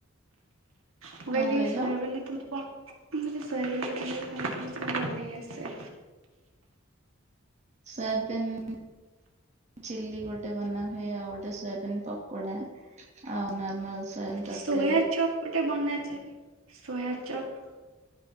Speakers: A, on the right (about 80°); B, on the right (about 35°).
A: ମୁଁ
B: କଣ
A: କହିଲି
B: କହିଲ
A: ସୋୟାବିିନ୍ରରେ ତ କଣ ମୁଁ କହିଲି ସୋୟାବିିନରେ କଁ କଁ ସବୁ ବନେଇ ଆସେ?
B: ସୋୟାବିନ ଚିଲ୍ ଗୋଟେ ବନାହୁଏ ଆଉ ଗୋଟେ ସୋୟାବିିନ ତ କୋଡ଼ୋ ଆଉ ନର୍ମାଲ ସୋୟାବିନ ତରକାରୀ
A: ସୋୟା ଚପ୍ ଗୋଟେ ବନାଜାଋ ସୋୟି ଚପ୍।